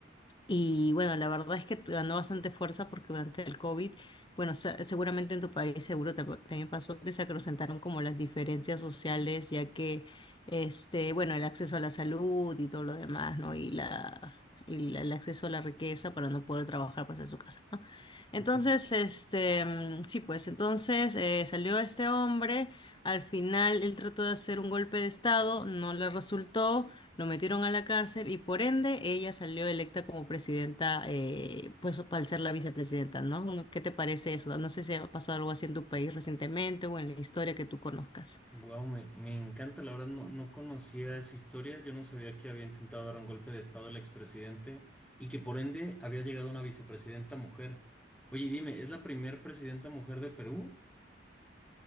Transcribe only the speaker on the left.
Y bueno, la verdad es que ganó bastante fuerza porque durante el COVID, bueno, se- seguramente en tu país seguro te- también pasó que se acrecentaron como las diferencias sociales, ya que, este, bueno, el acceso a la salud y todo lo demás, ¿no? Y la, y la- el acceso a la riqueza para no poder trabajar pues en su casa, ¿no?
Entonces, este, mm, sí, pues entonces eh, salió este hombre, al final él trató de hacer un golpe de estado, no le resultó lo metieron a la cárcel y por ende ella salió electa como presidenta, eh, pues al ser la vicepresidenta, ¿no? ¿Qué te parece eso? No sé si ha pasado algo así en tu país recientemente o en la historia que tú conozcas.